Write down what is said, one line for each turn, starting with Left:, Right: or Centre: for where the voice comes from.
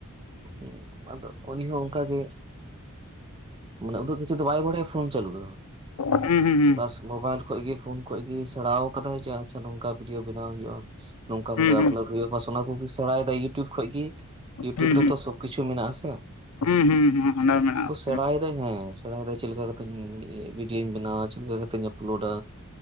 Right: ᱦᱩᱸ ᱟᱫᱚ ᱩᱱᱤ ᱦᱚᱸ ᱚᱱᱠᱟ ᱜᱮ <inaudible> ᱢᱟᱱᱮ ᱩᱱᱟᱹᱜ ᱠᱤᱪᱷᱩ ᱫᱚ ᱵᱟᱭ ᱵᱟᱲᱟᱭᱟ ᱯᱷᱳᱱ ᱪᱟᱹᱞᱩ ᱫᱚ
Left: ᱦᱩᱸ ᱦᱩᱸ ᱦᱩᱸ
Right: ᱵᱟᱥ ᱢᱳᱵᱟᱭᱤᱞ ᱠᱷᱚᱡ ᱜᱮ ᱯᱷᱳᱱ ᱠᱷᱚᱡ ᱜᱤ ᱥᱮᱬᱟᱣ ᱠᱟᱫᱟᱭ ᱡᱮ ᱟᱪᱪᱷᱟ ᱱᱚᱝᱠᱟ ᱵᱷᱤᱰᱭᱳ ᱵᱮᱱᱟᱣ ᱦᱩᱭᱩᱜᱼᱟ᱾ ᱱᱚᱝᱠᱟ ᱵᱷᱟᱵᱮ
Left: ᱦᱩᱸ ᱦᱩᱸ ᱦᱩᱸ
Right: ᱟᱯᱞᱳᱰ ᱦᱩᱭᱩᱜᱼᱟ ᱵᱟᱥ ᱚᱱᱟ ᱠᱚᱜᱮ ᱥᱮᱬᱟᱭᱫᱟᱭ ᱤᱭᱩᱴᱩᱵᱽ ᱠᱷᱚᱡ ᱜᱮ᱾ ᱤᱭᱩᱴᱩᱵᱽ
Left: ᱦᱩᱸ
Right: ᱨᱮᱛᱚ ᱥᱚᱵ ᱠᱤᱪᱷᱩ ᱢᱮᱱᱟᱜᱼᱟ ᱥᱮ᱾
Left: ᱦᱩᱸ ᱦᱩᱸ ᱚᱱᱟ ᱢᱮᱱᱟᱜᱼᱟ᱾
Right: ᱥᱮᱬᱟᱭ ᱫᱟᱭ ᱦᱮᱸ ᱥᱮᱬᱟᱭ ᱫᱟᱭ ᱪᱮᱫ ᱞᱮᱠᱟ ᱠᱟᱛᱮ ᱵᱷᱤᱰᱭᱳᱧ ᱵᱮᱱᱟᱣᱟ ᱪᱮᱫ ᱞᱮᱠᱟ ᱠᱟᱛᱮᱧ ᱟᱯᱞᱳᱴᱟᱼᱼ